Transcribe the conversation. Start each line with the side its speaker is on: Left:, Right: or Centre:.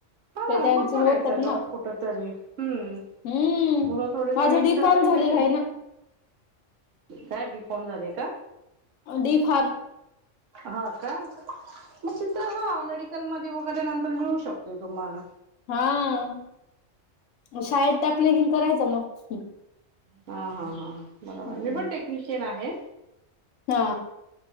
Right: हा
Left: हे त्यांच
Right: मग
Left: होतत
Right: बघायचा जॉब
Left: ना.
Right: कुठ तरी हम्म
Left: हम्म.
Right: मुलं थोडीकडे
Left: माझं
Right: एक
Left: डी
Right: तर
Left: फार्म
Right: आपली
Left: झालेलं
Right: कशी
Left: आहे ना.
Right: काय बिफॉर्म झालेय का.
Left: डीफॉर्म.
Right: हा का बस इथ हा मेडी हटल मध्ये वगैरे नंतर मिळू शकते तुम्हाला
Left: हा शाळेत त्याकले किन करायचं मग
Right: हा हा हा बरोबर
Left: हम्म.
Right: मी पण टेक्निशियन आहे.
Left: हा